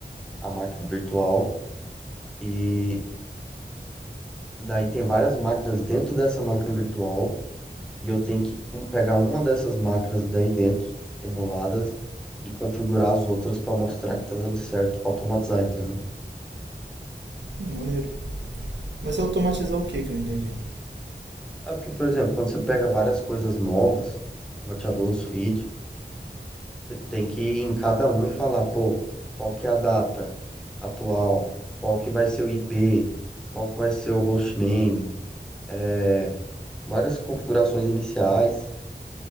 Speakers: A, in the centre; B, on the right.
A: a máquina virtual, e daí tem várias máquinas dentro dessa máquina virtual, e eu tenho que um- pegar uma dessas máquinas daí dentro, emuladas, e configurar as outras para mostrar que tá dando certo, automatizar, entendeu?
B: Hum, maneiro. Mas é automatizar o que que eu não entendi?
A: É porque, por exemplo, quando você pega várias coisas novas, roteador, switch, você tem que ir em cada um e falar, pô, qual que é a data atual, qual que vai ser o IP, qual que vai ser o hostname. é, várias configurações iniciais.